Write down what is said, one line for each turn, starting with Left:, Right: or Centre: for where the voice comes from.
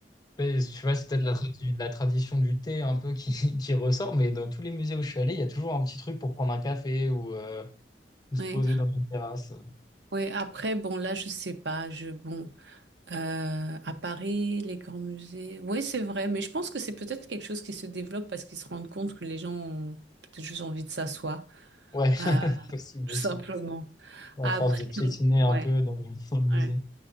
Left: Mais je sais c'est peut-être la, tradi- la tradition du thé un peu qui, <laughs> qui ressort, mais dans tous les musées où je suis allé, il y a toujours un petit truc pour prendre un café ou, euh, ou se
Right: Ouais,
Left: poser dans une terrasse.
Right: ouais. Après, bon, là, je sais pas. Je, bon, euh, à Paris, les grands musées. Oui, c'est vrai, mais je pense que c'est peut-être quelque chose qui se développe parce qu'ils se rendent compte que les gens ont peut-être juste envie de s'asseoir,
Left: Ouais,
Right: euh,
Left: <laughs> possible
Right: tout
Left: aussi.
Right: simplement.
Left: À
Right: Après,
Left: force de piétiner
Right: donc,
Left: un
Right: ouais,
Left: peu dans le, dans le musée.
Right: ouais.